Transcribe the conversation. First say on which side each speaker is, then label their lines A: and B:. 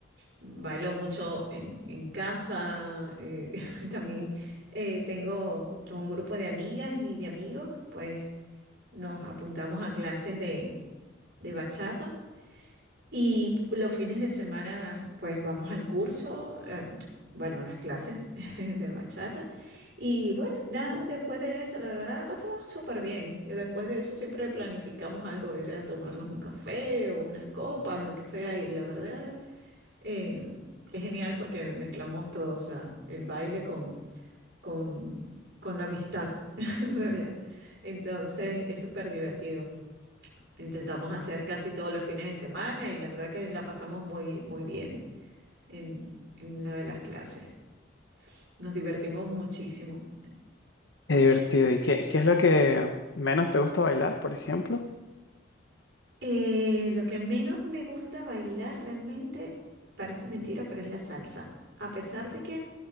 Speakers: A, on the right; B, on the left.
A: Bailo mucho en, en casa, eh, <laughs> también eh, tengo con un grupo de amigas y de amigos, pues nos apuntamos a clases de, de bachata Y los fines de semana, pues vamos al curso, eh, bueno, a las clases <laughs> de bachata. Y bueno, nada, después de eso, la verdad la pasamos súper bien. Y después de eso siempre planificamos algo, ir a tomarnos un café o unas copas, lo que sea. Y la verdad eh, es genial porque mezclamos todo, o sea, el baile con, con, con la amistad, <laughs> en realidad. Entonces es súper divertido. Intentamos hacer casi todos los fines de semana y la verdad que la pasamos muy, muy bien en, en lo de las clases. Nos divertimos muchísimo.
B: Qué divertido. ¿Y qué, qué es lo que menos te gusta bailar, por ejemplo?
A: Eh, lo que menos me gusta bailar realmente, parece mentira, pero es la salsa. A pesar de que